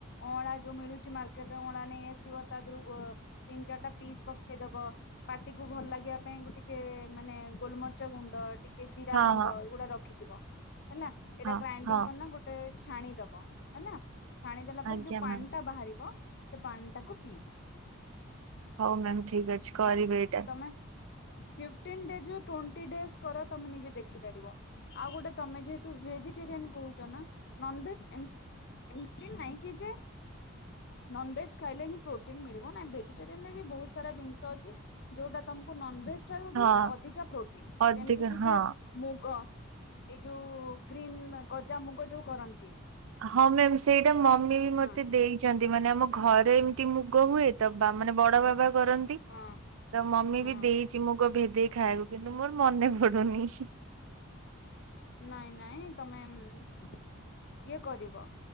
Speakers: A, on the left (about 55°); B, on the right (about 80°).
A: ଅଁଳା ଯୋଉ ମିଳୁଚି ମାର୍କେଟ ରେ ଅଁଳା ନେଇ ଆସ୍ ବ ତାଧୁରୁ ଗୋ ତିନି ଚାରିଟା ପିସ୍ ପକେଇଦବ। ପାଟିକୁୁ ଭଲ ଲାଗିବା ପାଇଁ ଗୋ ଟିକେ ମାନେ ଗୋଲ ମରିଚ ଗୁଣ୍ଡ ଟି କେ ଜିରା
B: ହଁ
A: ଗୁଣ୍ଡ
B: ହଁ
A: ଏଗୁଡ଼ା ରଖିଥିବ ହେଲା ଏଟା
B: ହଁ
A: ଗ୍ରାଇଣ୍ଡିଙ୍ଗ
B: ହଁ
A: କରିନ ଗୋ ଟେ ଛାଣିଦବ ହେଲା। ଛାଣି ଦେଲା ପରେ
B: ଆଜ୍ଞା
A: ଯୋଉ ପାଣିଟା
B: ମ୍ୟାମ୍
A: ବାହାରିବ ସେ ପାଣିଟାକୁ ପିଇବ।
B: ହଉ ମ୍ୟାମ୍ ଠିକ୍ ଅଛି କରିବି ଏଇଟା।
A: ତମେ ଫିପ୍ଟିନ୍‌ ଡେଜ୍‌ ରୁ ଟୋଣ୍ଟି ଡେଜ୍‌ କର ତମେ ନିଜେ ଦେଖିପାରିବ। ଆଉ ଗୋଟେ ତମେ ଯେହେତୁ ଭେଜିଟେରିଆନ କୋହୁଚ ନା ନନଭେଜ୍ ଏମ୍ ଏମତି ନାହିଁ କି ଯେ ନନଭେଜ୍ ଖାଇଲେ ହିଁ ପ୍ରୋଟିନ୍‌ ମିଳିବ ନାଁ ଭେଜିଟେରିଆନରେ ବି ବୋହୁତ ସାରା ଜିନିଷ ଅଛି ଯୋଉଟା ତମକୁ ନନ୍‌ଭେଜ ଚାରୁ ବି
B: ହଁ
A: ଅଧିକା ପ୍ରୋଟିନ
B: ଅଧିକ
A: ଯେମତି କି
B: ହଁ।
A: ଯେ ମୁଗ ଏଇ ଯୋଉ ଗ୍ରୀନ ଗଜା ମୁଗ ଯୋଉ କରନ୍ତି।
B: ହଁ ମ୍ୟାମ୍ ସେଇଟା ମମି ବି ମତେ
A: ହଁ
B: ଦେଇ ଚନ୍ତି ମାନେ ଆମ ଘରେ ଏମିତି ମୁଗ ହୁଏ ତ ବା ମାନେ ବଡ଼ ବାବା କରନ୍ତି।
A: ହଁ
B: ତ ମମି
A: ହଁ
B: ବି ଦେଇଚି ମୁଗ ଭେଦେଇ ଖାଇବାକୁ କିନ୍ତୁ ମୋର ମନେ ପଡ଼ୁନି।
A: ନାଇଁ ନାଇଁ ତମେ ଇଏ କରିବ।